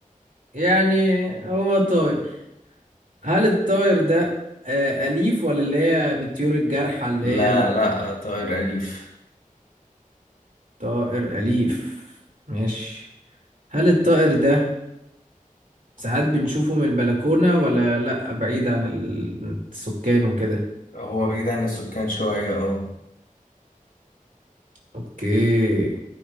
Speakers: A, on the right; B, on the left.
A: يعني هو طائر هل الطائر ده آه، أليف ولا اللي هي من الطيور الجارحة اللي
B: لا
A: هي
B: لا طائر أليف
A: الطائر أليف ماشي هل الطائر ده ساعات بنشوفه من البلكونة ولا لأ بعيد عن ال- السكان وكده
B: هو بعيد عن السكان شوية اه
A: أوكي